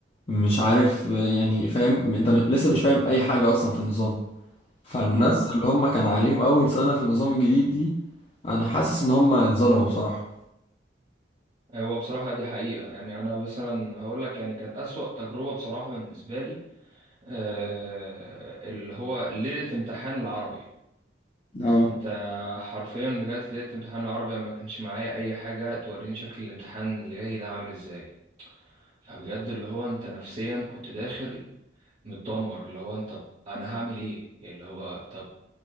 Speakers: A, on the left; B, on the right.
A: مش عارف آه، يعني فاهم أنت م- لسه مش فاهم أي حاجة أصلا في النظام فالناس
B: امم
A: اللي هم كان عليهم اول سنة في النظام الجديد دي انا حاسس ان هم اتظلموا بصراحة
B: هو بصراحة دي حقيقة يعني أنا مثلا هقول لك يعني كان أسوأ تجربة بصراحة بالنسبة لي آه اللي هو ليلة امتحان العربي
A: اه
B: انت حرفيا رجعت لقيت امتحان العربي ما كانش معايا اي حاجه توريني شكل الامتحان اللي جاي ده عامل ازاي فبجد اللي هو انت نفسيا كنت داخل متدمر اللي هو انت طب انا هعمل ايه يعني اللي هو طب